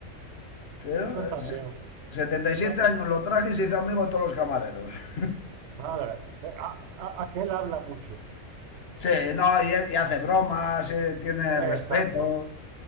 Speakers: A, on the left (about 50°); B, on the right (about 65°).
A: Pero
B: Eso está
A: eh, se-
B: bien. O
A: setenta y siete
B: sea que
A: años lo traje y se hizo amigo de todos los camareros. <laughs>
B: Madre, eh, a- a- aquel habla mucho.
A: Sí, no, y, y hace bromas, eh, tiene
B: Exacto,
A: respeto.